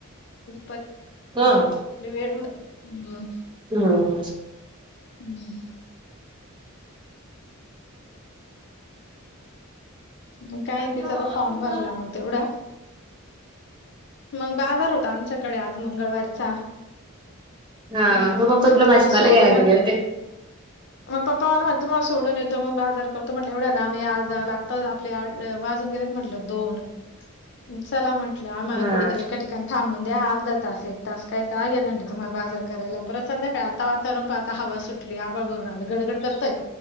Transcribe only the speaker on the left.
प
<unintelligible>
हम्म. मग काय
तिचा तो फॉर्म भरला मग तेवढा. मंग बाजार होत आमच्याकडे आज मंगळवारचा.
मग पप्पा म्हणे
तु
मला सोडून
मग
मग पप्पा मला-म्हण तुम्हाला सोडून येतो, मग बाजार करतो, म्हटलं एवढ्या लांब या जाय -आपले आठ- अ वाजून गेलेत म्हटलं दोन, चला म्हटलं आम्हाला
कुठेतरी एका ठ काणी थांबून द्या, अर्ध तास एक तास काय का- घ्यायचं म्हटलं तुम्हाला बाजार करायला, परत संध्याकाळ -ता वातावरण पण आता हवा सुटली, आभाळ भरून आलं गडगड करतय,